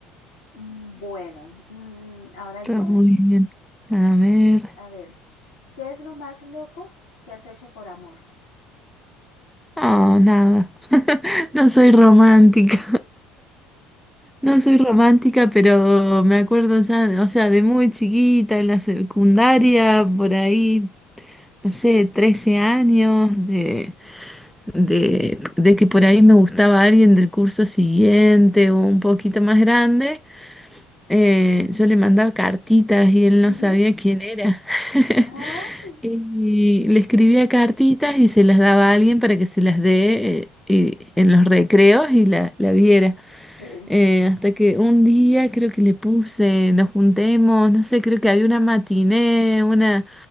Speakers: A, on the left; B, in the centre.
A: Mm, Bueno, mm, ahora
B: Está
A: yo.
B: muy bien. A ver.
A: A ver, ¿qué es lo más loco que has hecho por amor?
B: Oh, nada. <laughs> No soy romántica. No soy romántica, pero me acuerdo ya, o sea, de muy chiquita, en la secundaria, por ahí, no sé, 13 años, de, de, de que por ahí me gustaba alguien del curso siguiente o un poquito más grande. eh, yo le mandaba cartitas y él
A: Ujú.
B: no sabía quién era. <laughs>
A: Ay.
B: Y le escribía cartitas y se las daba a alguien para que se las dé eh, y- en los recreos y la, la viera.
A: Sí.
B: Eh, hasta que un día creo que le puse, nos juntemos, no sé, creo que había una matiné, una,